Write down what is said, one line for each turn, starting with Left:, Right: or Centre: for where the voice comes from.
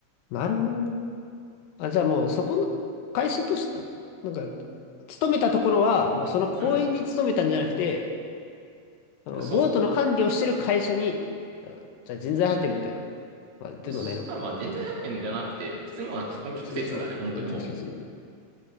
Left: なるほどね。あ、じゃあもうそこの会社として、なんか、勤めたところは、もうその公園に勤めたんじゃなくて、
Right: うん、
Left: そのボートの管理をしてる会社に、
Right: そ
Left: あのじゃあ人材派遣みたいな。まあ、でもないのか。
Right: う。そまあ、人材派遣じゃなくて、普通にもうなんかそこに直接だね、
Left: 別にそう、
Right: 本当にも
Left: そういう直接行く。